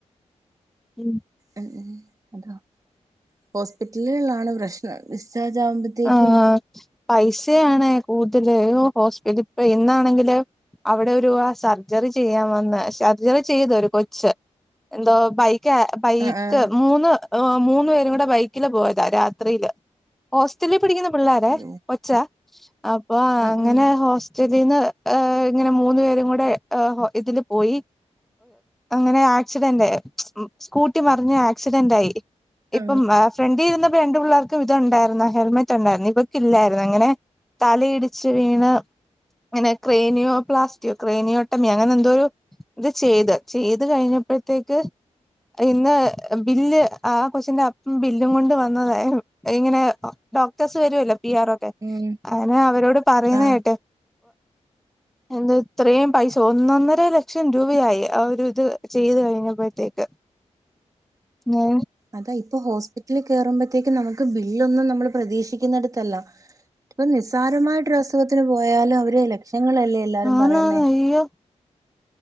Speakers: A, in the centre; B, on the right (about 25°).
A: ഉ
B: ഉ ഉ അതോ ഹോസ്പിറ്റലുകളിലാണ് പ്രശ്നം ഡിസ്ചാർജ് ആവുമ്പോത്ത ത്തേക്കും
A: ആഹ് പൈസയാണ് കൂടുല് ഹോസ്പിറ്റല ഇപ്പ ഇന്നാണെങ്കില് അവിടെ ഒരു ആ സർജറി ചെയ്യാൻ വന്ന് സർജറി ചെയ്ത് ഒരു കൊച്ച് എന്തോ ബൈക്ക് ബൈക്ക്
B: ആ ആ
A: മൂന്ന് മൂന്ന് പേരും കൂടെ ബൈക്കില് പോയതാ രാത്രിയില് ഹോസ്റ്റലിൽ പഠിക്കുന്ന പിള്ളോരേ
B: ഉം
A: ഒച്ച അപ്പൊ
B: ഉം
A: അങ്ങനെ തിന്ന് ഇങ്ങനെ മൂന്നു പേരും കൂടെ ഇതില് പോയി അങ്ങനെ ആക്സിഡന്റ് സ്കൂട്ടി മറിഞ് ആക്സിഡന്റ് ആയി ഇപ്പം
B: ആ
A: ഫ്രണ്ടിൽ ഇരുന്ന രണ്ടു പിള്ളേർക്കും ഇതു ണ്ടായിരുന്നു ഹെൽമെറ്റ് ഉണ്ടായിരുന്നു ഇബൾക്ക് ഇല്ലായിരുന്നു അങ്ങനെ തലയിടിച്ച് വീണ് അങ്ങനെ ക്രനിയോ പ്ലാസ്റ്റിയോ ക്രേനിയോ ഒട്ടമിയോ അങ്ങനെ എന്തോരു ഇത് ചെയ്ത് ചെയ്ത് കഴിഞ്ഞപ്പോഴത്തേക്ക് ഇന്ന് ബില്ല് ആ കൊച്ചിന്റെ അപ്പം ബില്ലും കൊണ്ട് വന്നതായാലും ഇങ്ങനെ ഡോക്ടേഴ്സ് വരുവല്ലോ പി ആർ ഒക്കെ
B: ഉം
A: അനെ അവരോട് പറയുന്ന
B: ആ
A: കേട്ടെ എന്താ ഇത്രയും പൈസ ഒന്നൊന്നര ലക്ഷം രൂപയായി ആ ഒരു ഇത് ചെയ്ത് കഴിഞ്ഞപ്പോഴത്തേക്ക് മ്
B: അതാ ഇപ്പൊ ഹോസ്പിറ്റലിൽ കേയറുമ്പോഴത്തേക്കും നമുക്ക് ബില്ലൊന്നും നമ്മള് പ്രതീക്ഷിക്കുന്നടുത്തല്ല ഇപ്പൊ നിസ്സാരമായിട്ട്രു അസുഖത്തിന് പോയാലും അവര് ലക്ഷങ്ങളല്ലേ എല്ലാരും
A: ആന്നാന്ന്
B: പറയുന്നേ
A: അയ്യോ